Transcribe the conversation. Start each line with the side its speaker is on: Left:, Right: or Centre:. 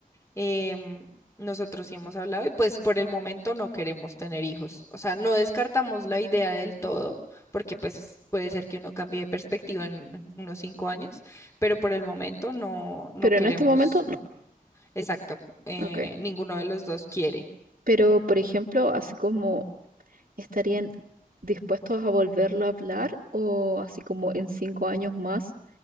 Left: Em, nosotros sí hemos hablado y pues por el momento no queremos tener hijos. O sea, no descartamos la idea del todo, porque pues puede ser que uno cambie de perspectiva en unos cinco años, pero por el momento no, no
Right: Pero
Left: queremos,
Right: en este momento no.
Left: exacto, eh,
Right: Ok.
Left: ninguno de los dos quiere.
Right: Pero, por ejemplo, así como estarían dispuestos a volverlo a hablar o así como en cinco años más